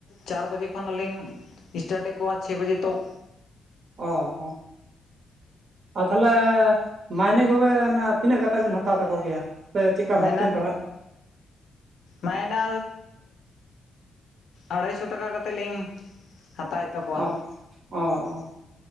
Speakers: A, on the left; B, on the right.
A: ᱪᱟᱨ ᱵᱟᱡᱮ ᱠᱷᱚᱱᱟ ᱞᱤᱧ ᱥᱴᱟᱴᱮᱜ ᱠᱚᱣᱟ ᱪᱷᱮ ᱵᱟᱡᱮ ᱛᱚᱠ
B: ᱚ ᱚ ᱟᱨ ᱛᱟᱦᱞᱮ ᱢᱟᱭᱱᱮ ᱠᱚᱵᱮᱱ ᱛᱤᱱᱟᱹᱜ ᱠᱟᱛᱮᱫ ᱵᱮᱱ ᱦᱟᱛᱟᱣ ᱛᱟᱠᱚ ᱜᱮᱭᱟ ᱥᱮ ᱪᱮᱫᱠᱟ
A: ᱢᱟᱭᱱᱟ
B: ᱵᱷᱟᱵᱛᱮᱢ ᱯᱟᱲᱦᱟᱣᱮᱫ ᱠᱚᱣᱟ
A: ᱢᱟᱭᱱᱟ ᱟᱲᱦᱟᱭ ᱥᱚ ᱴᱟᱠᱟ ᱠᱟᱛᱮᱫ ᱞᱤᱧ ᱦᱟᱛᱟᱣᱮᱫ ᱛᱟᱠᱚᱣᱟ
B: ᱚ ᱚᱻ ᱚ